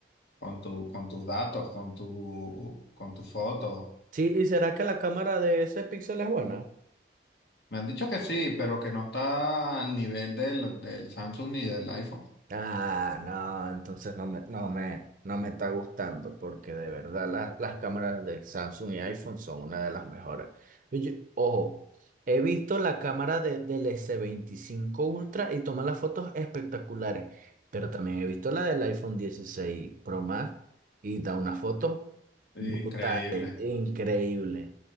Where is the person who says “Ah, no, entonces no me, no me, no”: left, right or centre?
Right